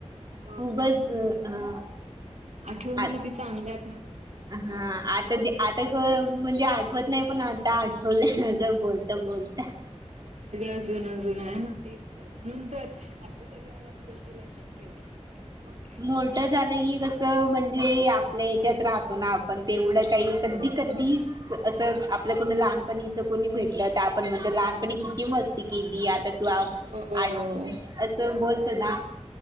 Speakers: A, on the right (about 80°); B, on the right (about 35°).
A: मग
B: खूपच
A: काय मग किती
B: अ ''--''
A: आठवणी
B: आता
A: किती चांगल्या आहेत ना.
B: अहं आत ''--'' तर ते आता क म्हणजे आठवत नाही पण आता आठवलं जर बोलता बोलता.
A: सगळं जुनं जुनं आहे ना तेच आहे म्हणून तर असं सगळ्या गोष्टी लक्षात ठेवायच्या असतात मग काय.
B: मोठ झालं की कसं म्हणजे आपल्या ह्याच्यात राह तो ना आपण तेवढं काही कधी
A: हो.
B: कधीच असं आपल्या कोणी लहानपणीच कोणी भेटलं तर आपण म्हणतो लहानपणी किती मस्ती केली. आता
A: ओ
B: <unintelligible> असं बोलतो ना